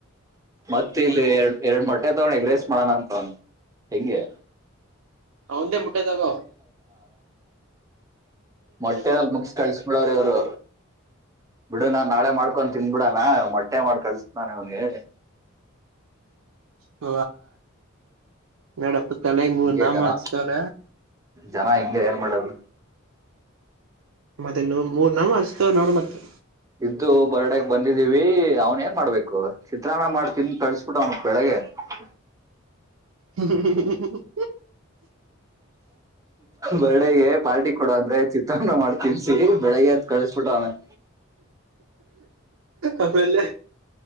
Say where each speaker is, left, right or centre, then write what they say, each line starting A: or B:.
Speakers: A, on the right; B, on the right.
A: ಮತ್ತ ಇಲ್ಲಿ ಎರಡ್ ಎರಡು ಮೊಟ್ಟೆ ತಗಣಿಗ ರೇಸ್ ಮಾಡೋಣ ಅಂತಗೊಂಡಿ ಹೆಂಗೆ
B: ಒಂದೇ ಮುಟ್ಟದಾಗೋ
A: ಮೊಟ್ಟೆದಲ್
B: ತಗೊಂಡ್ಬಿಡು
A: ಬುಕ್ಸ್ ಕಳ್ಸ್ ಬಿಡ್ರ ಇವರು ಬಿಡ ನಾನ್ ನಾಳೆ ಮಾಡ್ಕೊಂಡು ತಿನ್ಬಿಡ ಮೊಟ್ಟೆ ಮಾಡಿ ಕಳ್ಸತಾನೆ ಅವನಿಗೆ
B: ಹ ಮೇಡಪ್ಪ ತಲೆ ಮೂರು
A: ಹಿಂಗೆ
B: ನಾಮ
A: ಜನ
B: ಹಚ್ತಾರ
A: ಜನ ಹೆಂಗೆ ಏನ್ ಮಾಡದು
B: ಮತ್ತೆ ಇನ್ನು ಮೂರ್ ನಾವ ಮಾಡಸ್ತ ನೋಡ ಮತ್ತೆ
A: ಇದ್ದು ಬರ್ಡೇಗ್ ಬಂದಿದ್ದೀವಿ ಅವ್ನ್ ಏನ್ ಮಾಡ್ಬೇಕು ಚಿತ್ರಾನ್ನ ಮಾಡ್ತನ್ ಕಳ್ಸ್ಬಿಟ್ಟು ಅವ್ನಕ್ ಬೆಳಿಗ್ಗೆ ಹ
B: ಹ್ಮ
A: ಬರ್ಡೇಗೆ ಪಾರ್ಟಿ ಕೊಡುವಂದ್ರೆ ಚ ಮಾಡ್ತನ್ಸಿ ಬೆಳಗ್ಗೆ ಅದ ಕಳಿಸಬಿಟ ಅವಾನನೆ
B: ಆಮೇಲೆ